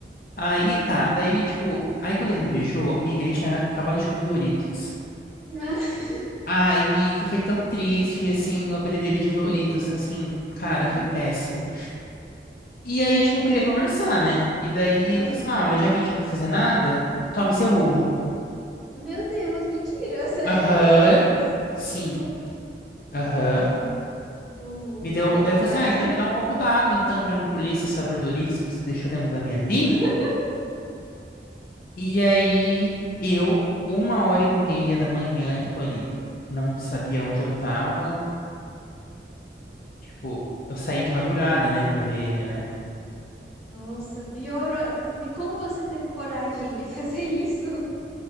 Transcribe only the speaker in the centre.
Uhum.
Uhum.
Aham.
Meu Deus, mentira. <laughs> Sério
que ele fez isso?
Que horrível.
Gente, que horror.
Tô chocada.
<laughs>
Nossa, pior. o- Como você teve coragem de <laughs> fazer isso?